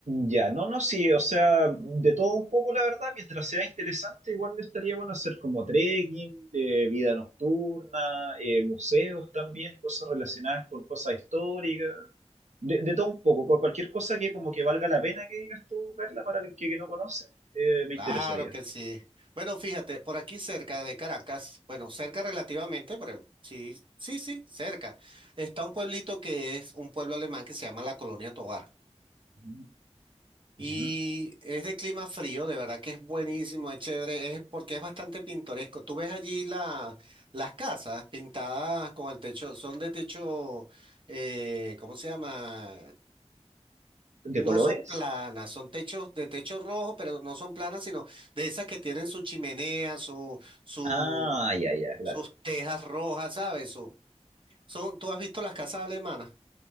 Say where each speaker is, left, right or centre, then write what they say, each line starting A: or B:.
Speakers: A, on the right; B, on the right.
A: Ya, no, no, sí, o sea, de todo un poco, la verdad, mientras sea interesante, igual me estaría bueno hacer como trekking, de vida nocturna, eh, museos también, cosas relacionadas con cosas históricas, de, de todo un poco, cu- cualquier cosa que como que valga la pena que digas tú, Carla, para el que, que no conoce, eh, me
B: Claro
A: interesaría.
B: que sí. Bueno, fíjate, por aquí cerca de Caracas, bueno, cerca relativamente, pero sí, sí, sí, cerca, está un pueblito que es un pueblo alemán que se llama la Colonia Tovar.
A: Ujú.
B: Y
A: Ya.
B: es de clima frío, de verdad que es buenísimo, es chévere, es porque es bastante pintoresco. Tú ves allí la, las casas pintadas con el techo, son de techo, eh, ¿cómo se llama?
A: ¿De
B: No
A: colores?
B: son planas, son techos de techo rojo, pero no son planas, sino de esas que tienen su chimenea, su, su,
A: Ah, ya, ya, claro.
B: sus tejas rojas, ¿sabes? Su- son, ¿tú has visto las casas alemanas?